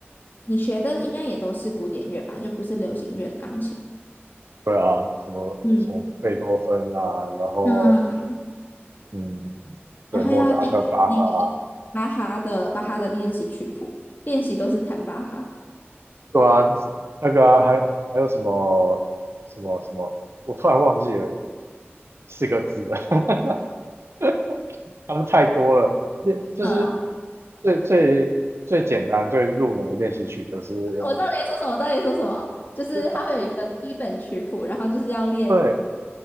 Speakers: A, on the left (about 40°); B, on the right (about 70°).
A: 你学的应该也都是古典乐吧，就不是流行乐的钢琴，
B: 对啊，什么什么贝多芬啊，
A: 嗯，
B: 然后
A: 那
B: 嗯，对，
A: 然后要要弹那个
B: 莫扎特、巴哈啊，
A: 巴哈的巴哈的练习曲谱，练习都是弹巴哈，
B: 对啊，那个啊还还有什么什么什么，我突然忘记了四个字了，<laughs> 他们太多了。练就是
A: 嗯，
B: 最最最简单、最入门的练习曲，就是
A: 我知道你在说什么，我知道你在说什么，就是它会有一个一本曲谱，
B: 就他
A: 然后就是要练
B: 对。